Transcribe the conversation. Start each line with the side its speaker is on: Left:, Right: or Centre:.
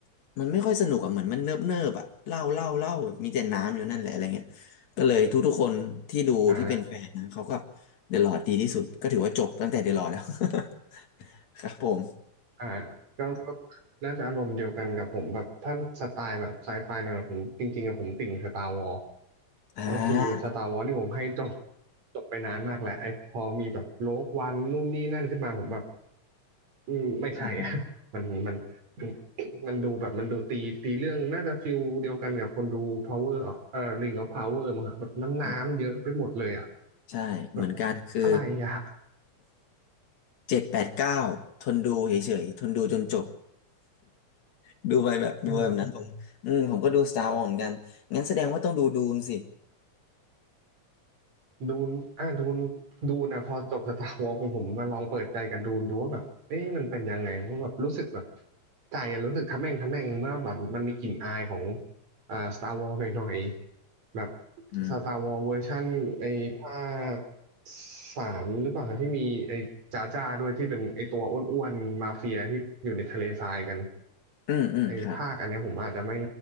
Left: มันไม่ค่อยสนุกอ่ะเหมือนมันเนิบเนิบอ่ะเล่าเล่าเล่าแบบมีแต่น้ำอยู่นั่นแหละอะไรเงี้ยก็เลยทุกๆคนที่ดูที่เป็นแฟนนะเขาก็
Right: อ่า
Left: เดอะลอร์ดดีที่สุดก็ถือว่าจบตั้งแต่เดอะลอร์ดแล้ว <laughs> ครับผม
Right: อ่าก็ก็น่าจะอารมณ์เดียวกันกับผมแบบท่านสไตล์แบบไซไฟเนี่ยผมจริงๆอะผมติ่งสตาร์วอล
Left: อ่า
Right: ก็คือสตาร์วอลที่ผมให้จบจบไปนานมากแล้วไอ้พอมีแบบโลกวันนู่นนี่นั่นขึ้นมาผมแบบอืมไม่ใช่อะ
Left: อืม
Right: <laughs> มันมันมันมันดูแบบมันดูตีตีเรื่องน่าจะฟิลเดียวกันกับคนดู Power of เอ่อ Ring of Power มั้งครับแบบน้ำน้ำเยอะไปหมดเลยอ่ะ
Left: อืมใช่เหมือนกันคือ
Right: แบบอะไรอ่ะ <laughs>
Left: เจ็ดแปดเก้าทนดูเฉยๆทนดูจนจบ <laughs> ดูไปแบบดูไปแบบนั้นผมอืมผมก็ดู
Right: อ่า
Left: Star Wars เหมือนกันงั้นแสดงว่าต้องดูดูนสิ
Right: ดูนอ่ะดูนดูนะพอจบสตาร์วอลไปผมมาลองเปิดใจกับดูนดูว่าแบบ เอ๊ะมันเป็นยังไง เพราะแบบ รู้สึกแบบ ใจอะรู้สึกทะแม่งทะแม่งเมื่อแบบมันมีกลิ่นอายของอ่าสตาร์วอลหน่อยๆแบบ
Left: อืม
Right: สตาร์วอลเวอร์ชั่นไอ้ภาคสามหรือเปล่า ที่มีไอ้จ้าจ้าด้วย ที่เป็นไอ้ตัวอ้วนๆมาเฟียที่อยู่ในทะเลทรายกัน
Left: อืมอืมครับ
Right: ไอ้ภาคอันเนี้ยผมอาจจะไม่